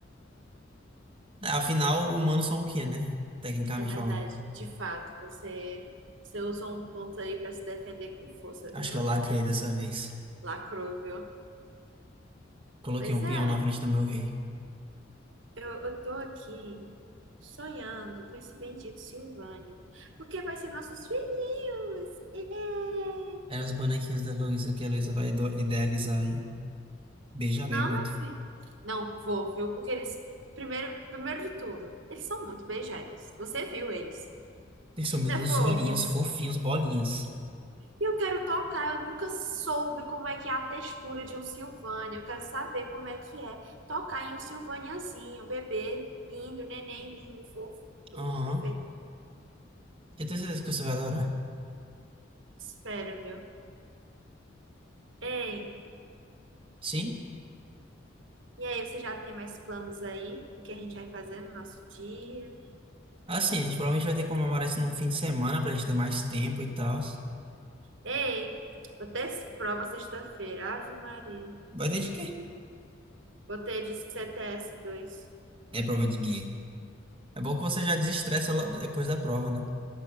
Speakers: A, on the right (about 30°); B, on the right (about 75°).
A: Afinal, humanos são o quê, né? Tecnicamente
B: É verdade,
A: falando.
B: de fato, você, você usou um ponto aí pra se defender com força,
A: Acho
B: viu,
A: que
B: meu
A: eu lacrei
B: filho?
A: dessa vez.
B: Lacrou, viu?
A: Coloquei
B: Pois
A: um peão
B: é,
A: na frente do meu rei.
B: eu, eu tô aqui sonhando com esse bendito Silvânia, porque vai ser nossos filhinhos. Ê!
A: É os bonequinhos da Luísa que a Luísa vai ido- idealizar e beijar
B: Não,
A: bem muito.
B: meu filho. Não, vou, viu? Porque eles, primeiro, primeiro de tudo, eles são muito beijáveis. Você viu eles,
A: Eles são minúsculinhos,
B: né, fofo?
A: fofinhos, bolinhas.
B: E eu quero tocar, eu nunca soube como é que é a textura de um Silvânia. Eu quero saber como é que é tocar em um Silvaniazinho, bebê, lindo, neném, lindo, fofo, tudo
A: Aham.
B: perfeito.
A: Eu tenho certeza que você vai adorar.
B: Espero, viu? Ei,
A: Sim?
B: e aí, você já tem mais planos aí? O que a gente vai fazer no nosso dia?
A: Assim, a gente provavelmente vai ter que comemorar isso no fim de semana pra gente ter mais tempo e tal.
B: Ei, vou ter prova sexta-feira. Ave Maria.
A: Vai ter de quê?
B: Botei de cts dois.
A: É prova de guia. É bom que você já desestressa lá depois da prova, né?